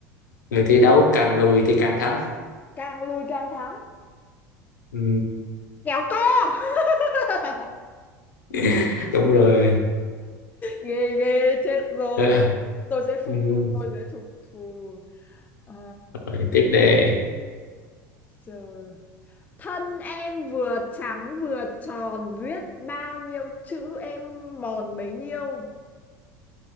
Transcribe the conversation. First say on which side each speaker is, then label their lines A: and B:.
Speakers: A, on the left; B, on the left.
A: người thi đấu càng lùi thì càng thắng.
B: Càng lùi càng thắng.
A: Ừ.
B: Kéo co. <laughs>
A: <laughs> Đúng rồi.
B: Ghê ghê. Chết rồi.
A: Ờ,
B: Tôi sẽ phục
A: Ừ.
B: thù. Tôi sẽ phục thù. Ờ,
A: Rồi tiếp đề.
B: Giờ thân em vừa trắng vừa tròn viết bao nhiêu chữ em mòn bấy nhiêu